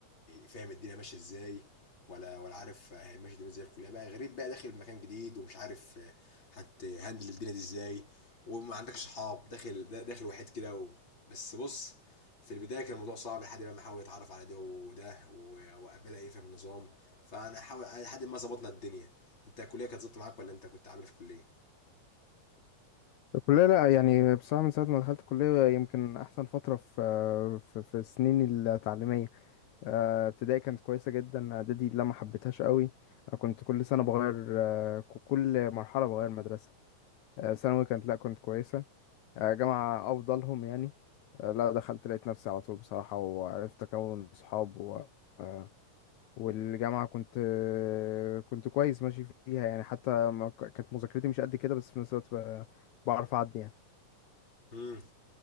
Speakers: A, on the left (about 35°); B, on the left (about 70°).
A: فاهم الدنيا ماشيه ازاي ولا ولا عارف هيمشي الدنيا ازاي في الكليه بقى غريب بقى داخل مكان جديد ومش عارف هتهندل الدنيا دي ازاي وما عندكش صحاب داخل دا- داخل وحيد كده و... بس بص في البدايه كان الموضوع صعب لحد بقى ما حاول يتعرف على ده وده و- وبدا يفهم النظام فانا حاول لحد ما ظبطنا الدنيا انت الكليه كانت ظبطت معاك ولا انت كنت عامل إيه في الكليه؟
B: الكلية لا يعني بصراحة من ساعة ما دخلت الكلية يمكن أحسن فترة في في, في سنيني التعليمية آه، ابتدائي كانت كويسة جدا إعدادي لا ما حبيتهاش قوي أنا كنت كل سنة بغير آه، ك- كل مرحلة بغير مدرسة آه، ثانوي كانت لا كنت كويسة آه، جامعة أفضلهم يعني آه، لا دخلت لقيت نفسي على طول بصراحة وعرفت أكون صحاب و آه، والجامعة كنت آه، كنت كويس ماشي فيها يعني حتى ما ك- كانت مذاكرتي مش قد كده بس في نفس الوقت ب- بعرف أعدي يعني
A: امم